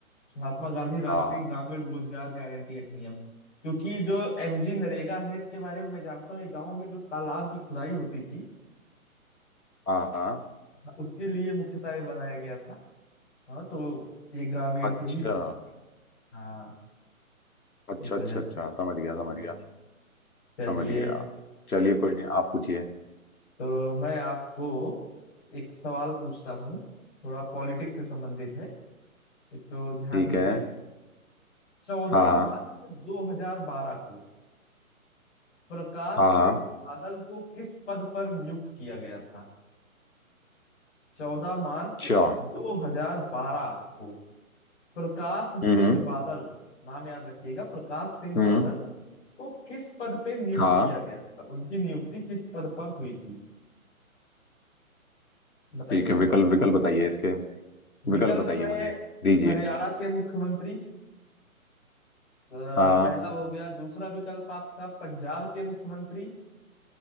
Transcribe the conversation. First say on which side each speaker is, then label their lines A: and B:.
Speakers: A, on the left; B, on the left.
A: महात्मा गांधी राष्ट्रीय
B: हाँ
A: ग्रामीण रोजगार गारंटी अधिनियम क्योंकि जो एमजी नरेगा है इसके बारे में मैं जानता हूँ ये गांव में जो तालाब की खुदाई होती थी
B: हाँ हाँ
A: उसके लिए मुख्यतः ये बनाया गया था हाँ तो ये ग्रामीण
B: अच्छा
A: से ही जुड़ा हाँ
B: अच्छा
A: इस
B: अच्छा
A: वजह से
B: अच्छा समझ गया
A: हम्म।
B: समझ गया
A: चलिए
B: समझ गया चलिए कोई नहीं आप पूछिए
A: तो मैं आपको एक सवाल पूछता हूँ थोड़ा पॉलिटिक्स से संबंधित है इसको ध्यान
B: ठीक
A: दीजिएगा
B: है
A: चौदह
B: हाँ हाँ
A: मार्च 2012 को प्रकाश
B: हाँ हाँ
A: सिंह बादल को किस पद पर नियुक्त किया गया था चौदह मार्च
B: अच्छा
A: 2012
B: हम्म
A: को प्रकाश सिंह
B: हम्म
A: बादल नाम याद रखिएगा प्रकाश सिंह
B: हम्म,
A: बादल को किस पद पे नियुक्त
B: हाँ
A: किया गया था उनकी नियुक्ति किस पद पर हुई थी बताइए
B: ठीक है विकल्प विकल्प बताइए इसके विकल्प
A: विकल्प
B: बताइए मुझे
A: है
B: दीजिए
A: हरियाणा के मुख्यमंत्री अ,
B: हाँ
A: पहला हो गया दूसरा विकल्प आपका पंजाब के मुख्यमंत्री